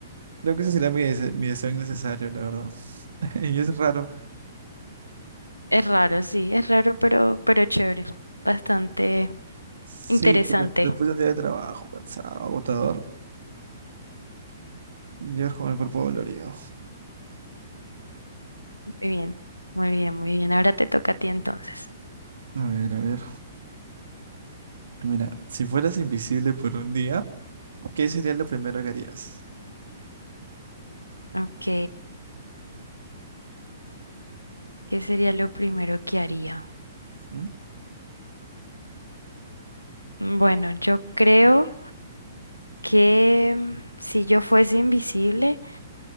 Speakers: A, on the right (about 60°); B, on the left (about 80°).
A: Creo que ese sería mi, dese- mi deseo innecesario, la verdad. <laughs> Y es raro.
B: es raro, sí, es raro, pero, pero chévere, bastante
A: Sí,
B: interesante.
A: porque después de un día de trabajo cansado, agotador, llegas con el cuerpo dolorido.
B: Muy bien, muy bien, muy bien. Ahora te toca a ti entonces.
A: A ver, a ver. Mira, si fueras invisible por un día, ¿qué sería lo primero que harías?
B: Ok, ¿qué sería lo primero que haría?
A: ¿Mm?
B: Bueno, yo creo que mm, si yo fuese invisible,